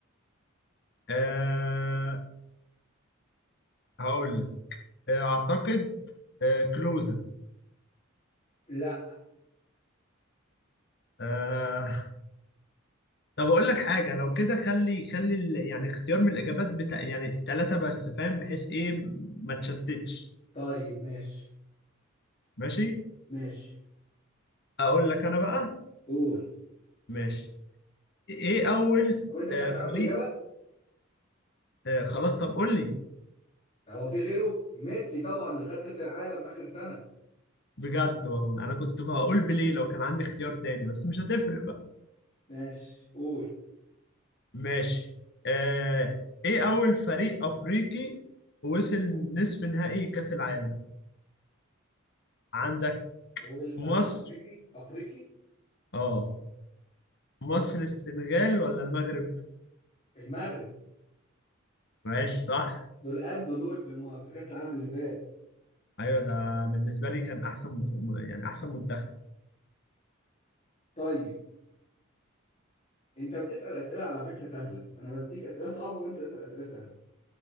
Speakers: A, on the left; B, on the left.
A: أه هقول لك آه، اعتقد أه كلوزا
B: لا
A: أه <laughs> طب اقول لك حاجه لو كده خلي خلي ال- يعني اختيار من الاجابات بتاع يعني ثلاثه بس فاهم بحيث ايه ما تشتتش
B: طيب ماشي
A: ماشي
B: ماشي
A: اقول لك انا بقى
B: قول
A: ماشي ايه اول
B: طب انت مش
A: آه،
B: عايز تعرف
A: فريق
B: الاجابه
A: آه خلاص طب قول لي
B: هو في غيره ميسي طبعا اللي خد كاس العالم اخر سنه
A: بجد والله انا كنت هقول بليه لو كان عندي اختيار تاني بس مش هتفرق بقى
B: ماشي قول
A: ماشي آه ايه اول فريق افريقي وصل نصف نهائي كاس العالم عندك
B: والفريق
A: مصر
B: افريقي افريقي
A: اه مصر
B: قول
A: السنغال ولا المغرب
B: المغرب
A: ماشي صح
B: دول قدوا دول في الم... في كاس العالم اللي فات
A: ايوه ده بالنسبه لي كان احسن م- يعني احسن منتخب
B: طيب انت بتسال اسئله على فكره سهله انا بديك اسئله صعبه وانت تسال اسئله سهله